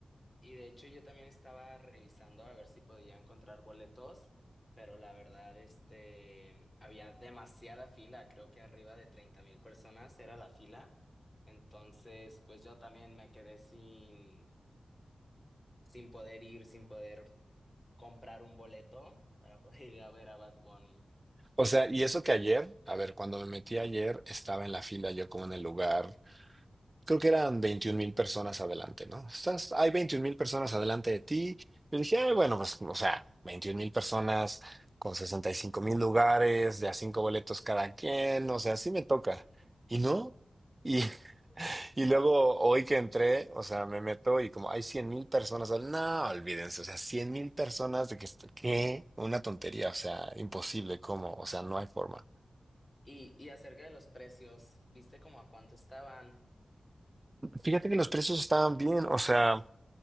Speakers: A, on the left (about 25°); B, on the right (about 25°).
A: Y de hecho yo también estaba revisando a ver si podía encontrar boletos, pero la verdad, este, había demasiada fila, creo que arriba de treinta mil personas era la fila, entonces pues yo también me quedé sin, sin poder ir, sin poder comprar un boleto para poder <laughs> ir a ver a Bad Bunny.
B: O sea, y eso que ayer, a ver, cuando me metí ayer, estaba en la fila yo como en el lugar. creo que eran 21 mil personas adelante, ¿no? Estás, hay 21 mil personas adelante de ti. Yo dije, "Ay, bueno, pues, o sea, 21 mil personas con 65 mil lugares, de a cinco boletos cada quien, o sea, sí me toca. Y no. Y, <laughs> y luego hoy que entré, o sea, me meto y como hay cien mil personas, no, olvídense, o sea, cien mil personas de que, est- ¿qué? Una tontería, o sea, imposible, ¿cómo? O sea, no hay forma.
A: Y, y acerca de los precios, ¿viste como a cuánto estaban?
B: Fíjate que los precios estaban bien, o sea,